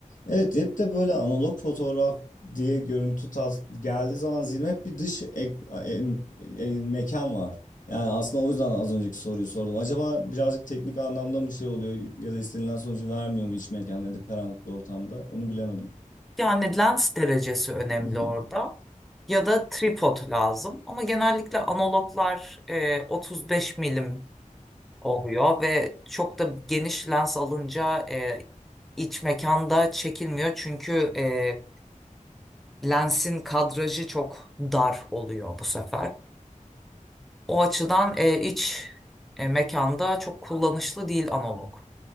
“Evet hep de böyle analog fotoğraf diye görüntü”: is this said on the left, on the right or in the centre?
Left